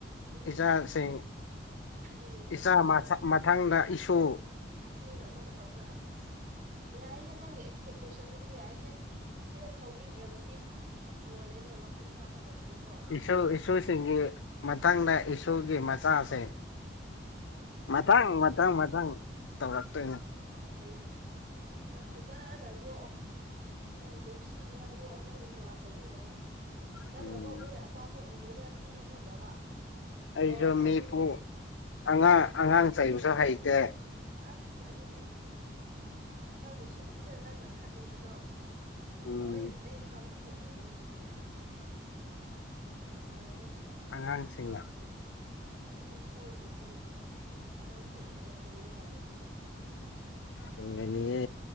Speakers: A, on the right; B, on the left.
A: ꯎꯝ
B: ꯏꯆꯥꯁꯤꯡ
A: ꯎꯝ
B: ꯏꯆꯥ ꯃ ꯃꯊꯪꯗ ꯏꯁꯨ
A: ꯁꯨꯅ ꯑꯃꯨꯛꯀ ꯇꯧꯕꯗ ꯑꯁ ꯌꯥꯏꯍꯦ ꯅꯪꯒꯤ ꯑꯦꯛꯁꯄꯦꯛꯇꯦꯁꯟꯗꯨꯗꯤ ꯌꯥꯏꯍꯦ ꯍꯣꯔꯦꯟ ꯇꯧꯕꯤꯗ꯭ꯔꯒꯗꯤ ꯂꯣꯏꯔꯦꯅꯦ ꯋꯥꯈꯜ ꯆꯥꯛꯀꯗꯕꯗꯣꯀꯣ
B: ꯏ ꯏꯁꯨꯁꯤꯡꯒꯤ ꯃꯊꯪꯗ ꯏꯁꯨꯒꯤ ꯃꯆꯥꯁꯦ ꯃꯊꯪ ꯃꯊꯪ ꯃꯊꯪ ꯇꯧꯔꯛꯇꯣꯏꯅꯦ
A: ꯍꯌꯦꯅꯦ ꯅꯪ ꯐꯖꯅ ꯌꯣꯛꯑꯣ ꯅꯪꯕꯨ ꯅꯨꯡꯁꯤꯅꯉꯥꯏ ꯌꯣꯛꯑꯣ ꯅꯪꯒꯤ ꯁꯦꯕꯥ ꯇꯧꯕꯤꯅꯕ ꯅꯪꯅꯀꯣ
B: ꯎꯝ
A: ꯃꯣꯏꯅ ꯑꯆꯥꯄꯣꯠ ꯅꯤꯕꯗ ꯄꯤꯕꯤꯗ꯭ꯔꯕ
B: ꯑꯩꯁꯨ
A: ꯂꯣꯏꯔꯦ
B: ꯃꯤꯄꯨ
A: ꯑꯗꯨꯗꯤ
B: ꯑꯉꯥꯡ ꯑꯉꯥꯡ ꯆꯩꯕꯁꯨ ꯍꯩꯇꯦ
A: ꯑꯁ ꯑꯗꯨꯗꯤ ꯅꯪꯕꯨ ꯁꯣꯏꯗꯅ ꯅꯪꯅ ꯈꯜꯂꯤꯕꯗꯣ
B: ꯎꯝ
A: ꯂꯣꯏꯅ ꯗ꯭ꯔꯤꯝ ꯀꯝ ꯊ꯭ꯔꯨ ꯑꯣꯏꯔꯅꯤ ꯑꯗꯨꯗꯤ ꯎꯝ
B: ꯑꯉꯥꯡꯁꯤꯡ
A: ꯑꯗꯨ ꯑꯗꯨꯗꯤ ꯁꯣꯏꯗ꯭ꯔꯦ ꯁꯣꯏꯗ꯭ꯔꯦ ꯅꯪ ꯀꯨꯏꯅ ꯍꯤꯡꯕ ꯌꯥꯔꯦ ꯑꯗꯨꯗꯤ
B: ꯍꯤꯡꯒꯅꯤꯌꯦ